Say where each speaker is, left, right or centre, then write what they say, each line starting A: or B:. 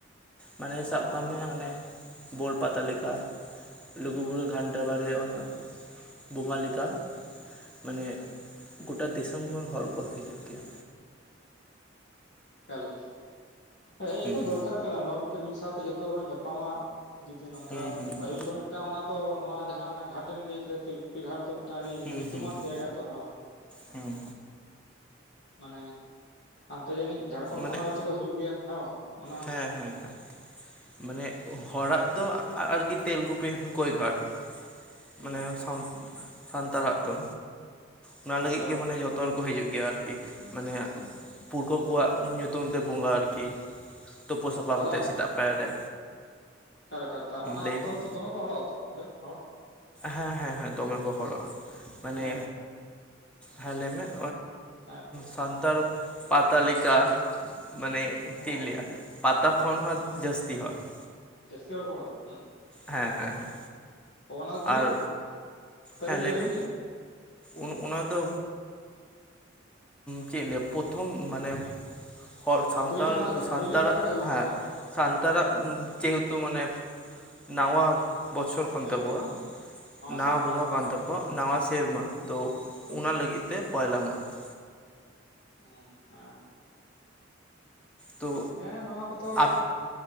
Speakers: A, in the centre; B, on the left.
A: ᱢᱟᱱᱮ ᱥᱟᱵ
B: ᱚ
A: ᱠᱟᱜ
B: ᱦᱮᱸ
A: ᱢᱮ ᱦᱟᱱᱮᱼᱼ ᱵᱳᱲ ᱯᱟᱛᱟ ᱞᱮᱠᱟ ᱞᱩᱜᱩᱵᱩᱨᱩ ᱜᱷᱟᱱᱴᱟ ᱵᱟᱲᱮ ᱚᱱᱮᱼᱼ ᱵᱚᱸᱜᱟ ᱞᱮᱠᱟ ᱢᱟᱱᱮ ᱜᱚᱴᱟ ᱫᱤᱥᱚᱢ ᱠᱷᱚᱱ ᱦᱚᱲ ᱠᱚ ᱦᱤᱡᱩᱜ ᱜᱮᱭᱟ᱾
B: ᱠᱟ ᱞᱮᱠᱟ <inaudible> ᱦᱮᱸᱛᱚ
A: ᱦᱩᱸ
B: ᱫᱚᱨᱠᱟᱨ ᱠᱟᱱᱟ ᱱᱚᱣᱟ ᱢᱤᱫᱴᱮᱱ ᱢᱤᱫ ᱥᱟᱶᱛᱮ ᱡᱚᱛᱚ ᱦᱚᱲ ᱧᱟᱯᱟᱢᱟ ᱡᱩᱫᱤ ᱱᱚᱝᱠᱟ
A: ᱦᱩᱸ ᱦᱩᱸ
B: ᱯᱟᱹᱦᱤᱞ
A: ᱦᱩᱸ
B: ᱠᱷᱚᱱ᱾ ᱚᱱᱟ ᱫᱚ ᱱᱚᱣᱟ ᱡᱟᱦᱟᱸ ᱚᱱᱟ ᱜᱷᱟᱴᱮᱢ ᱞᱟᱹᱭ ᱠᱮᱫᱟ ᱛᱤᱞᱠᱩᱼᱼ ᱜᱷᱟᱴ ᱫᱚ ᱢᱤᱫᱴᱟᱝ ᱟᱹᱰᱤ
A: ᱦᱩᱸ
B: ᱧᱩᱛᱩᱢᱟᱱ
A: ᱦᱩᱸ ᱦᱩᱸ
B: ᱡᱟᱭᱜᱟ ᱛᱚ ᱦᱚᱸᱼᱼ
A: ᱦᱩᱸ
B: ᱢᱟᱱᱮ ᱦᱟᱱᱛᱮ ᱡᱟᱹᱱᱤᱡ ᱡᱷᱟᱲᱠᱷᱚᱸᱰ ᱠᱷᱚᱱ
A: ᱢᱟᱱᱮ
B: ᱦᱚᱸ ᱦᱚᱭᱛᱳ ᱠᱚ ᱦᱤᱡᱩᱜ ᱜᱮᱭᱟ ᱦᱮᱸ ᱵᱟᱝ? ᱢᱚᱱᱮ ᱦᱚᱭ
A: ᱦᱮᱸ ᱦᱮᱸ ᱦᱮᱸ ᱢᱟᱱᱮᱼᱼ
B: ᱦᱩᱸ
A: ᱦᱚᱲᱟᱜ ᱫᱚ ᱟᱨᱠᱤ ᱛᱮᱞᱠᱩᱯᱤ ᱜᱳᱭᱜᱷᱟᱴ
B: ᱦᱩᱸ
A: ᱢᱟᱱᱮ ᱥᱟᱶᱼᱼ ᱥᱟᱱᱛᱟᱲᱟᱜ ᱫᱚ ᱚᱱᱟ
B: ᱥᱟᱱᱛᱟᱲ
A: ᱞᱟᱹᱜᱤᱫ ᱜᱮ ᱢᱟᱱᱮ ᱡᱷᱚᱛᱚᱼᱼ ᱛᱚ ᱦᱚᱲᱠᱚ ᱦᱤᱡᱩᱜ ᱜᱮᱭᱟ ᱟᱨᱠᱤ ᱢᱟᱱᱮ ᱯᱩᱨᱠᱷᱟᱹ ᱠᱚᱣᱟᱜ ᱤᱧ ᱧᱩᱛᱩᱢ ᱛᱮ ᱵᱚᱸᱜᱟ ᱟᱨᱠᱤ, ᱛᱳᱯᱳ ᱥᱟᱯᱷᱟ
B: ᱛᱟᱦᱚᱞᱮ
A: ᱠᱟᱛᱮ ᱥᱮᱛᱟᱜ ᱯᱟᱭᱟᱨ ᱨᱮ,
B: ᱮᱠᱟᱞ ᱮᱠᱟᱞ ᱛᱟ ᱚᱱᱟ
A: ᱞᱟᱹᱭ
B: ᱚᱠᱛᱚ
A: ᱵᱤᱱ
B: ᱨᱮᱛᱚ ᱫᱚᱢᱮ ᱠᱚ ᱦᱚᱲᱚᱜ ᱼᱟ ᱛᱚ ᱚᱸᱰᱮ ᱦᱚᱲ᱾
A: ᱦᱮᱸ ᱦᱮᱸ ᱦᱮᱸ ᱫᱚᱢᱮ ᱠᱚ ᱦᱚᱲᱚᱜᱼᱟ ᱢᱟᱱᱮᱼᱼ
B: ᱢᱟᱱᱮ
A: ᱦᱮᱸ ᱞᱟᱹᱭ ᱢᱮᱭ
B: ᱦᱮᱸ
A: ᱥᱟᱱᱛᱟᱲ ᱯᱟᱛᱟ ᱞᱤᱠᱟ ᱢᱟᱱᱮᱼᱼ
B: ᱚ
A: ᱪᱮᱫ ᱤᱧ ᱞᱟᱹᱭᱟ ᱯᱟᱛᱟ ᱠᱷᱚᱱ ᱦᱚᱸ ᱡᱟᱹᱥᱛᱤ ᱦᱚᱲ ᱾
B: ᱡᱟᱹᱥᱛᱤ ᱦᱚᱲ ᱠᱚ ᱜᱚᱸᱰᱟ ᱚᱱᱟ
A: ᱦᱮᱸ ᱦᱮᱸ ᱦᱮᱸ
B: ᱚᱱᱟ ᱫᱚ ᱛᱤᱱᱟᱹᱜ
A: ᱟᱨ
B: ᱛᱟᱹᱨᱤᱠᱷ
A: ᱦᱮᱸ ᱞᱟᱹᱭ
B: ᱨᱮ ᱦᱩᱭᱩᱜ
A: ᱢᱤ?
B: ᱜᱮᱭᱟ
A: ᱩᱱ ᱚᱱᱟ ᱫᱚ ᱪᱮᱫ ᱤᱧ ᱞᱟᱹᱭᱟ ᱯᱚᱛᱷᱚᱢ ᱢᱟᱱᱮ ᱦᱚᱲ
B: ᱚ
A: ᱥᱟᱱᱛᱟᱞ
B: ᱯᱳᱭᱞᱳ ᱢᱟᱜᱽ ᱨᱮ
A: ᱥᱟᱱᱛᱟᱲᱟᱜ
B: ᱯᱳᱭᱞᱳ ᱢᱟᱜᱽ ᱨᱮ ᱦᱩᱭᱩᱜ ᱠᱟᱱᱟ
A: ᱦᱮᱸ
B: ᱵᱟᱝ
A: ᱥᱟᱱᱛᱟᱲᱟᱜ ᱡᱮᱦᱮᱛᱩ ᱢᱟᱱᱮ ᱱᱟᱣᱟ ᱵᱚᱪᱷᱚᱨ ᱠᱟᱱ
B: ᱦᱮᱸ
A: ᱛᱟᱠᱚᱣᱟ ᱱᱟᱣᱟ
B: ᱥᱮᱨᱢᱟ
A: ᱵᱚᱸᱜᱟ
B: ᱟᱨᱠᱤ
A: ᱠᱟᱱ
B: ᱡᱟᱦᱟᱸ
A: ᱛᱟᱠᱚᱣᱟ
B: ᱵᱚᱱ ᱢᱮᱛᱟᱜ
A: ᱱᱟᱣᱟ ᱥᱮᱨᱢᱟ ᱛᱳ
B: ᱠᱟᱱᱟ
A: ᱚᱱᱟ ᱞᱟᱹᱜᱤᱫ ᱛᱮ ᱯᱚᱭᱞᱟ ᱢᱟᱜᱽ ᱾
B: ᱦᱩᱸ ᱦᱮᱸ ᱾
A: ᱛᱳ
B: ᱦᱮᱸ ᱱᱚᱣᱟ ᱠᱚᱫᱚ
A: ᱟᱵ